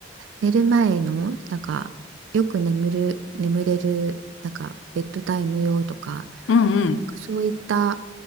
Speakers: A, on the right; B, on the left.
A: 寝る前のなんかよく眠る眠れるなんかベッドタイム用とか、
B: うんうん
A: なんかそういった